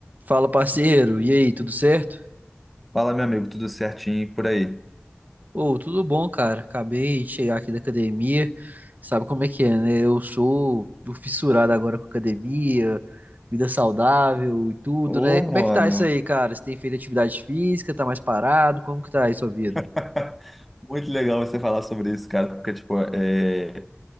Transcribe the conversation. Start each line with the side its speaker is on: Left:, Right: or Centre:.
Right: Fala, parceiro. E aí, tudo certo?
Centre: Fala, meu amigo, tudo certinho e por aí?
Right: Ô, tudo bom, cara. Acabei de chegar aqui da academia. Sabe como é que é, né? Eu sou do fissurado agora com academia, vida saudável e tudo,
Centre: Ô,
Right: né? Como
Centre: mano,
Right: é que tá isso aí, cara? Você tem feito atividade física? Tá mais parado? Como que tá aí sua vida?
Centre: <laughs> muito legal você falar sobre isso, cara, porque, tipo, é,